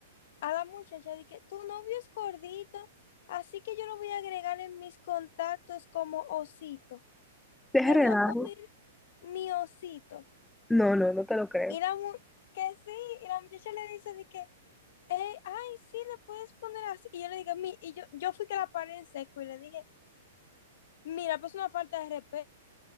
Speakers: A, on the left; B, in the centre.
A: a la muchacha, de que tu novio es gordito, así que yo lo voy a agregar en mis contactos como osito.
B: deja
A: Le
B: relajo.
A: voy a poner mi osito.
B: No, no, no te lo creo.
A: Y la mu- que sí, y la muchacha le dice de que, "Eh, ay, sí, le puedes poner así. Y yo le digo, mi, y yo, yo fui que la paré en seco y le dije, mira, pues una falta de respeto.